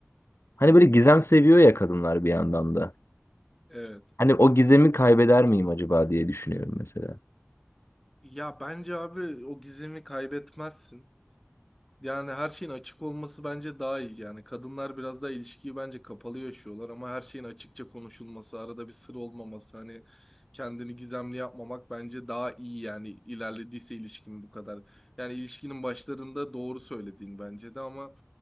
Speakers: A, on the left (about 60°); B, in the centre.
A: hani böyle gizem seviyor ya kadınlar bir yandan da.
B: Evet.
A: Hani o gizemi kaybeder miyim acaba diye düşünüyorum mesela.
B: Ya bence abi o gizemi kaybetmezsin. Yani her şeyin açık olması bence daha iyi. Yani kadınlar biraz daha ilişkiyi bence kapalı yaşıyorlar ama her şeyin açıkça konuşulması, arada bir sır olmaması, hani kendini gizemli yapmamak bence daha iyi yani ilerlediyse ilişkin bu kadar. Yani ilişkinin başlarında doğru söylediğin bence de ama